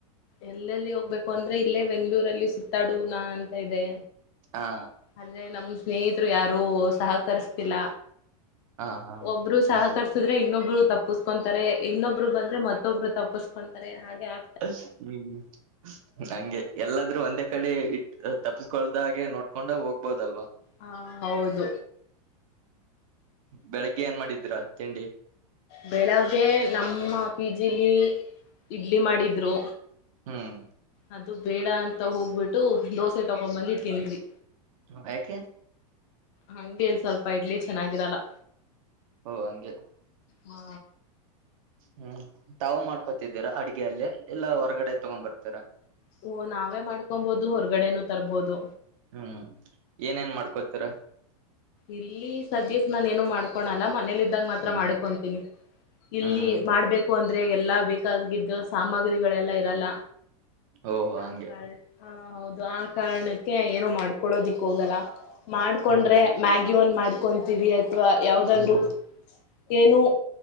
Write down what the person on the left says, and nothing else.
ಎಲ್ಲೆಲ್ಲಿ ಹೋಗ್ಬೇಕು ಅಂದ್ರೆ ಇಲ್ಲೇ ಬೆಂಗ್ಗಳೂರಲ್ಲಿ ಸುತ್ತಾಡುವನಾ ಅಂತ ಇದೆ
ಅ್ರ ನಮ್ ಸ್ನೇಹಿತರು ಯಾರು ಸಹಕರಿಸ್ತಿಲ್ಲ
ಒಬ್ರು ಸಹಕರ್ಸುದ್ರೆ
ಇನ್ನೊಬ್ರು ತಪ್ಪಸ್ಕೊಂತಾರೆ ಇನ್ನೊಬ್ರು ಬಂದ್ರೆ ಮತ್ತೆ ಮತ್ಬ್ಬರು ತಪ್ಪಸ್ಕೊಂತಾರೆ ಹಾಗೆ ಆ
ಹಾ ಹೌದು
ಬೆಳಗ್ಗೆ ನಮ್ಮ ಪಿ ಜಿಲಿ ಇಡ್ಲಿ ಮಾಡಿದ್ರು
ಅದು ಬೇಡ ಅಂತ ಹೋಗ್ಬಿಟ್ಟು ದೋಸೆ ತಕೊಂಡ್ ಬಂದಿ ತಿಂದ್ವಿ
ಹಂಗೆ ಇಲ್ಲಿ ಸ್ವಲ್ಪ ಇಡ್ಲಿ ಚೆನ್ನಾಗಿರಲ್ಲ.
ಹಾ
ಓ, ನಾವೇ ಮಾಡ್ಕೊಬಹದು ಹೊರಗಡೆನೂ ತರ್ಬೋದು.
ಇಲ್ಲಿ ಸದ್ಯಕ ನಾನು ಏನು ಮಾಡ್ಕೊಳಲ್ಲ ಮನೇಲಿದ್ದಾಗ ಮಾತ್ರ
ಮಾಡ್ಕೊಂತೀನಿ. ಇಲ್ಲಿ
ಮಾಡ್ಬೇಕು ಅಂದ್ರೆ ಎಲ್ಲಾ ಬೇಕಾಗಿದ್ದ ಸಾಮಗ್ರಿಗಳೆಲ್ಲ ಇರಲ್ಲ.
ಆ
ಹ ಹೌದು ಆ ಕಾರಣಕ್ಕೆ ಏನೋ ಮಾಡ್ಕೊಳ್ಳೋದಿಕ್ ಹೋಗಲ್ಲ. ಮಾಡ್ಕೊಂಡ್ರೆ
ಮ್ಯಾಗಿ ಒಂದ ಮಾಡ್ಕೊಂತೀವಿ ಅಥವಾ ಯಾವ್ದಾದ್ರು
ಏನು-